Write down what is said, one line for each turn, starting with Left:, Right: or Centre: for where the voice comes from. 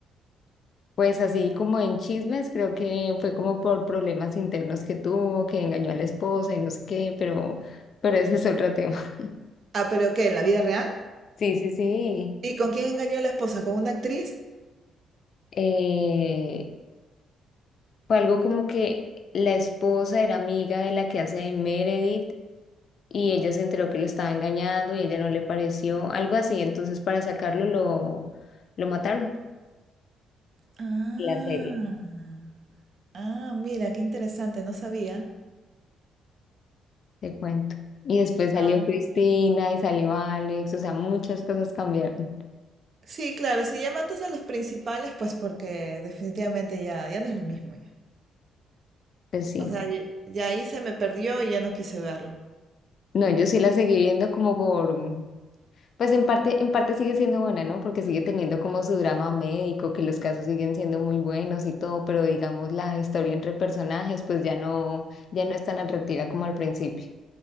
Left: Pues así como en chismes, creo que fue como por problemas internos que tuvo, que engañó a la esposa y no sé qué, pero, pero ese es otro tema. <laughs>
Right: Ah, pero ¿qué? ¿En la vida real?
Left: Sí, sí, sí.
Right: ¿Y con quién engañó a la esposa? ¿Con una actriz?
Left: Eh, fue algo como que la esposa era amiga de la que hace de Meredith y ella se enteró que lo estaba engañando y ella no le pareció, algo así. Entonces, para sacarlo, lo, lo mataron.
Right: Ah,
Left: La serie,
Right: ah, mira, qué interesante, no sabía.
Left: te cuento. Y después salió
Right: Ah.
Left: Cristina y salió Alex, o sea, muchas cosas cambiaron.
Right: Sí, claro, si ya matas a los principales, pues porque definitivamente ya, ya no es lo mismo.
Left: Pues sí.
Right: O sea, y y ahí se me perdió y ya no quise verlo.
Left: No, yo sí la seguí viendo como por, mm, pues en parte, en parte sigue siendo buena, ¿no? Porque sigue teniendo como su drama médico, que los casos siguen siendo muy buenos y todo, pero digamos la historia entre personajes, pues ya no, ya no es tan atractiva como al principio.